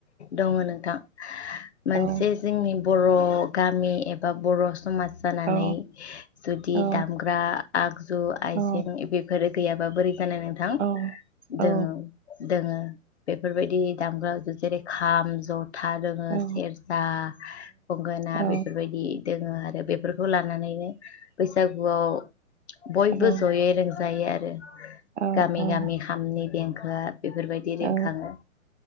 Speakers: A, on the left; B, on the right.
A: दङ नोंथां मोनसे
B: औ
A: जोंनि बर' गामि एबा बर' समाज जानानै
B: औ
A: जुदि
B: औ
A: दामग्रा आगजु आइजें
B: औ
A: बेफोर गैयाबा बोरै जानो नोंथां
B: औ औ
A: दोङो दोङो बेफोरबायदि दामग्रा जेरै खाम जथा दोङो
B: औ
A: सेरजा गंगोना
B: औ
A: बेफोरबायदि दोङो आरो बेफोरखौ लानानैनो बैसागुआव बयबो
B: औ
A: जयै रोंजायो आ रो
B: औ
A: गामि
B: औ
A: गामि खामनि देंखो आ बेफोरबायदि रिंखाङो
B: औ